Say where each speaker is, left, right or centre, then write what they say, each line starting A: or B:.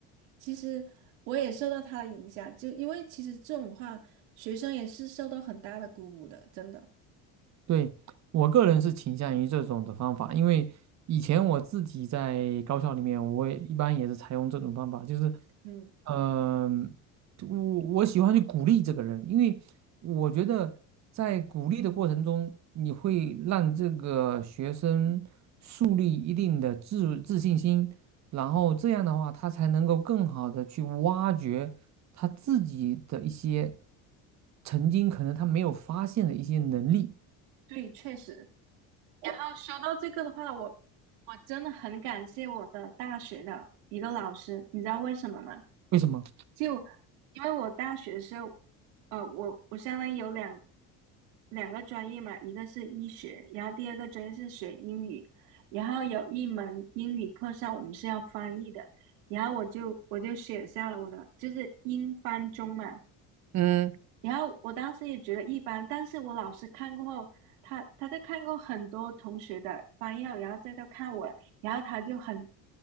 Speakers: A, on the right; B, on the right.
A: 其实我也受到他的影响，就因为其实这种话，学生也是受到很大的鼓舞的，真的，
B: 对，我个人是倾向于这种的方法，因为以前我自己在高校里面，我也一般也是采用这种方法，就是。
A: 嗯。
B: 嗯，我我喜欢去鼓励这个人，因为我觉得在鼓励的过程中，你会让这个学生树立一定的自自信心，然后这样的话，他才能够更好的去挖掘他自己的一些曾经可能他没有发现的一些能力。
A: 对，确实，然后说到这个的话，我我真的很感谢我的大学的一个老师，你知道为什么吗？
B: 为什么？
A: 就因为我大学的时候，呃，我我相当于有两两个专业嘛，一个是医学，然后第二个专业是学英语，然后有一门英语课上我们是要翻译的，然后我就我就写下了我的就是英翻中嘛，
B: 嗯
A: 然后我当时也觉得一般，但是我老师看过后，他他在看过很多同学的翻译后，然后再到看我了，然后他就很，